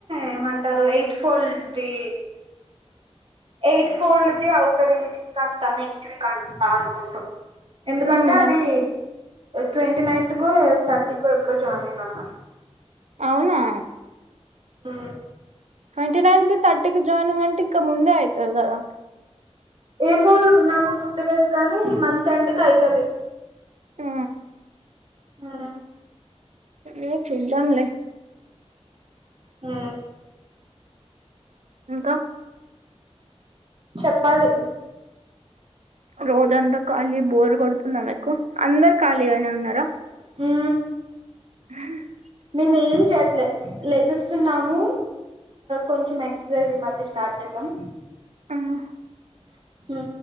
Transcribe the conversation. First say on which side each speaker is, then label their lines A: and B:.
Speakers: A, on the right; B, on the right.
A: ఏమంటారు ఎయిట్ ఫోల్ది ఎయిట్ ఫోల్డ్ది అవుతది ఈ వీక్ అంత నెక్స్ట్ వీక్ అంత అనుకుంటు ఎందుకంటే
B: ఉమ్
A: అది ట్వంటీ నైన్త్ కో ఎయిట్ థర్టీకో ఎప్పుడో జాయినింగ్ అన్నారు
B: అవునా
A: ఆ
B: ట్వంటీ నైన్త్ కి థర్టీ క జాయినింగ్ అంటే ఇంకా ముందే ఐతది గదా
A: ఏమో నాకు గుర్తులేదు కానీ మంత్ ఎండ్ కి ఐతది
B: ఉ
A: ఆ
B: ఏ చూద్దాం లే
A: ఊ
B: ఇంకా
A: చెప్పాలి
B: రోజంతా ఖాళీ బోర్ కొడుతుంద మీకు అందరు ఖాళీగానే ఉన్నారా
A: హూ
B: <inaudible>
A: మేము ఏం చేయట్లే లెగుస్తున్నాము కొంచెం ఎక్ససైజ్ మాత్ర తే స్టార్ట్ చేసాం
B: ఉమ్
A: <inaudible> ఊ